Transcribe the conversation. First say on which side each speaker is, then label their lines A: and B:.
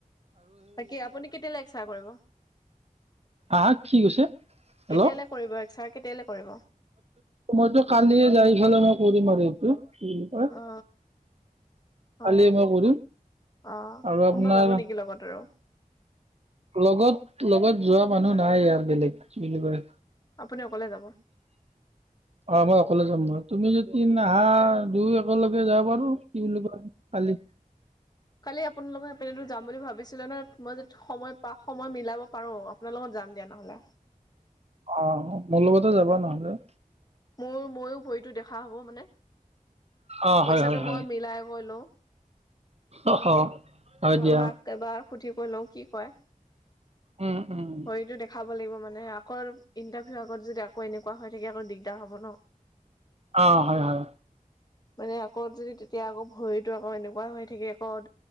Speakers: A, on the left; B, on the right.
A: বাকি আপুনি কেতিয়ালৈ এক্স কৰিব?
B: আহ কি কৈছে? হেল্ল'।
A: কেতিয়ালৈ কৰিব এক্সাৰ কেতিয়ালৈ কৰিব।
B: মইতো কালিয়ে যাইফালে মই কৰিম আৰু এইটো কি বুলি কয়।
A: অ
B: কালিয়ে
A: অ'
B: মই কৰিম
A: অ,
B: আৰু
A: কোনোবা
B: আপোনাৰ
A: যাব নেকি লগত আৰু।
B: লগত লগত যোৱা মানুহ নাই ই বেলেগ বুলি কয়।
A: আপুনি অকলে যাব
B: অ' মই অকলে যাম মই। তুমি যদি অহা দুই একেলগে যাব পাৰো কি বুলি কয় কালি।
A: কালি আপোনালোকৰ সেইপিনেতো যাম বুলি ভাবিছিলো মই য সময় পা সময় মিলাব পাৰো আপোনাৰ লগত যাম দিয়া নহ'লে।
B: অ' মোৰ লগতে যাবা নহলে।
A: মোৰ ময়ো ভৰিতটো দেখা হ'ব মানে।
B: অ', হয়,
A: পইচাটো
B: হয়, হয়,
A: মই মিলাই কৈ লওঁ।
B: অ হয়
A: অ
B: দিয়া
A: মাক
B: ।
A: এবাৰ সুধি কৈ লওঁ কি কয়
B: উম, উম,
A: ভৰিতটো দেখাব। মানে আকৌ ইনটাৰভিউ আগত যদি আকৌ এনেকুৱা হৈ থাকে আকৌ দিগদাৰ হ'ব ন।
B: অ হয় হয়।
A: মানে আকৌ যদি তেতিয়া আকৌ ভৰিতো আকৌ এনেকুৱা হৈ থাকে আকৌ